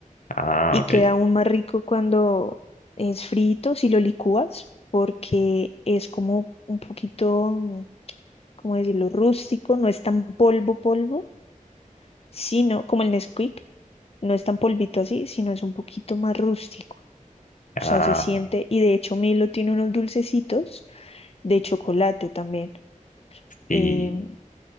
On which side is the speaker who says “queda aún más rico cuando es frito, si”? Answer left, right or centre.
Left